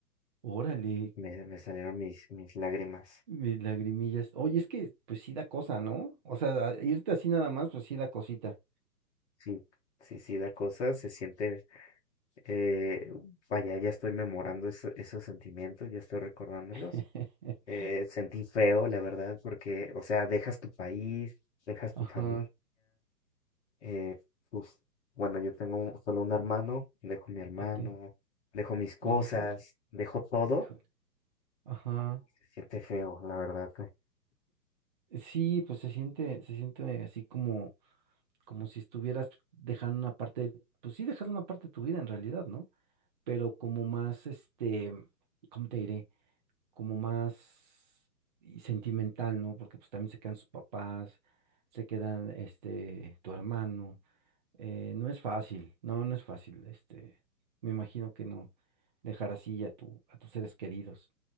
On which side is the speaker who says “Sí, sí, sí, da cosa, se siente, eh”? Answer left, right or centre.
Left